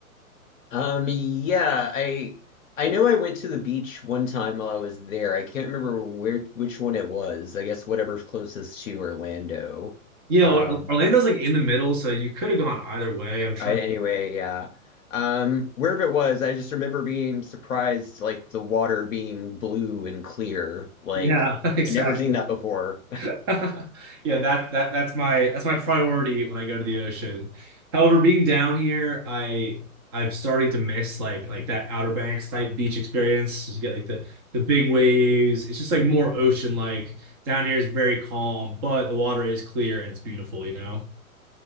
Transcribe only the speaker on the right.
Yeah,
Or- Orlando's like in the middle, so you could have gone either way. I'm trying
to.
Yeah, <laughs> exactly.
<laughs> Yeah, that that that's my that's my priority when I go to the ocean. However, being down here, I I'm starting to miss like like that Outer Banks type beach experience. You get like the the big waves. It's just like more ocean like. Down here is very calm, but the water is clear and it's beautiful, you know?